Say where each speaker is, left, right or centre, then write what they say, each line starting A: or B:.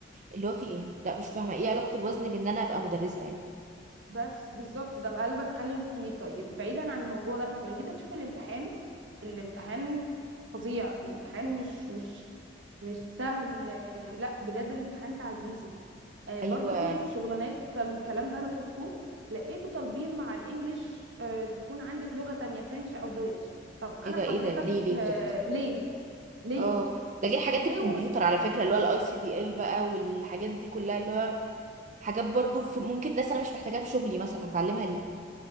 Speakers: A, on the right; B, on the right.
A: اللي هو فيه ايه لا مش فاهمة ايه علاقة الوزن بان انا ابقى مدرسة يعني
B: بس بالظبط ده بقى اللي بتكلم فيه طيب بعيدا عن الموضوع ده انت لو جيت تشوفي الامتحان الامتحان فظيع الامتحان مش مش مش سهل لا بجد الامتحان تعجيزي آه برضو
A: ايوه
B: في شغلانات من الكلام ده انا شفته لقيته طالبين مع الانجليش آه تكون عندك لغة تانية فرنش او دويتش طب انا
A: ايه ده ايه
B: حضرتك
A: ده ليه ليه بجد
B: آه ليه ليه
A: اه ده غير حاجات
B: ليه
A: الكمبيوتر على فكره اللي هو الاي سي دي ال بقى والحاجات دي كلها اللي هو حاجات برضو في ممكن ناس انا مش محتاجاها في شغلي مثلا هتعلمها ليه